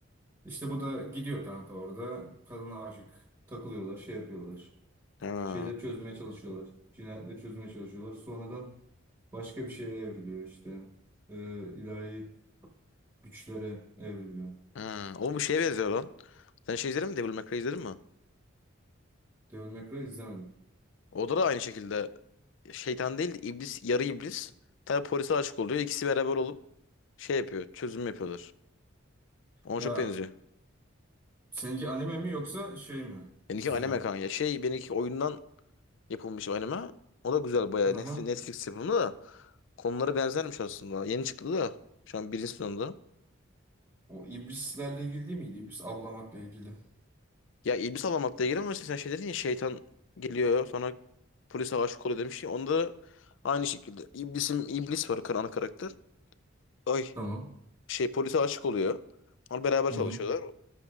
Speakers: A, on the right; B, on the left.
A: İşte bu da gidiyor kanka orada. Kadına aşık. Takılıyorlar, şey yapıyorlar.
B: ha
A: Şeyleri çözmeye çalışıyorlar. Cinayetleri çözmeye çalışıyorlar. Sonradan başka bir şeye evriliyor işte. Ee, ilahi güçlere evriliyor.
B: ha. Oğlum bu şeye benziyor lan. Sen şey izledin mi? Devil May Cry izledin mi?
A: Devil May Cry izlemedim.
B: O da, da aynı şekilde şeytan değil de iblis yarı iblis. Tabi polise aşık oluyor. İkisi beraber olup şey yapıyor. Çözüm yapıyorlar. Ona
A: Ya
B: çok benziyor.
A: seninki anime mi yoksa şey mi?
B: Benimki
A: Dizi
B: anime
A: mi?
B: kanka. Şey benimki oyundan yapılmış anime. O da güzel bayağı.
A: Aha.
B: Netflix, Netflix yapımı da konuları benzermiş aslında. Yeni çıktı da şu an birinci sezonda.
A: O iblislerle ilgili değil miydi? İblis avlamakla ilgili.
B: Ya iblis Alamak diye giriyor ama işte sen şey dedin ya şeytan geliyor sonra polise aşık oluyor demiş ya. Onda aynı şekilde iblisim iblis var ana karakter. Ay
A: Tamam.
B: şey polise aşık oluyor. Onlar beraber
A: Hı
B: çalışıyorlar.
A: hı.